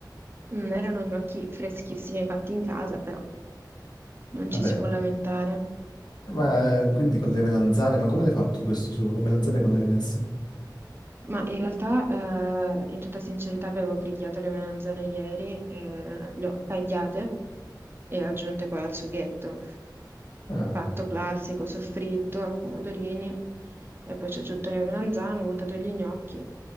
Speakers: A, on the right; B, on the left.
A: Non erano gnocchi freschissimi fatti in casa, però non ci
B: Vabbè,
A: si può lamentare.
B: ma eh, quindi con le melanzane, ma come l'hai fatto questo su? Le melanzane con delle messe?
A: Ma in realtà, eh, in tutta sincerità, avevo grigliato le melanzane ieri, e le ho tagliate e aggiunte poi al sughetto.
B: Ah,
A: Fatto classico, soffritto, pomodorini, e poi ci ho aggiunto le melanzane, ho buttato gli gnocchi.